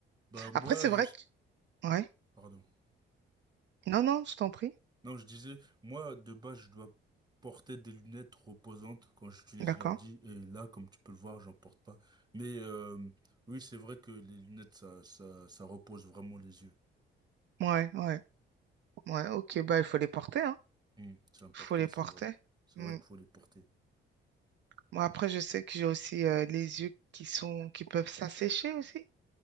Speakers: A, on the right; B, on the right.
A: Bah, moi,
B: Après, c'est
A: je...
B: vrai que... Ouais.
A: Pardon.
B: Non, non, je t'en prie.
A: Non, je disais, moi, de base, je dois porter des lunettes reposantes quand j'utilise
B: D'accord.
A: l'ordi. Et là, comme tu peux le voir, j'en porte pas. Mais euh, oui, c'est vrai que les lunettes, ça, ça, ça repose vraiment les yeux.
B: Ouais, ouais, ouais. Ok, bah, il faut les porter, hein.
A: U, c'est important,
B: Il faut les
A: c'est
B: porter.
A: vrai. C'est
B: Mm.
A: vrai qu'il faut les porter.
B: Moi, après, je sais que j'ai aussi euh, les yeux qui sont, qui peuvent s'assécher aussi.